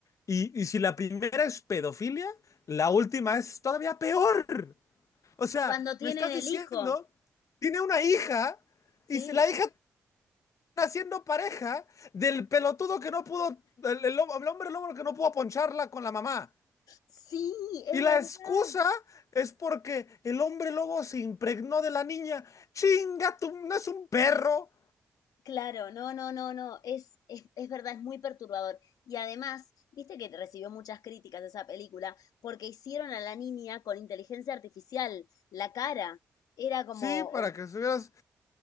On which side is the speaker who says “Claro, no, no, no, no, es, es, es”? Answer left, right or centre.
Left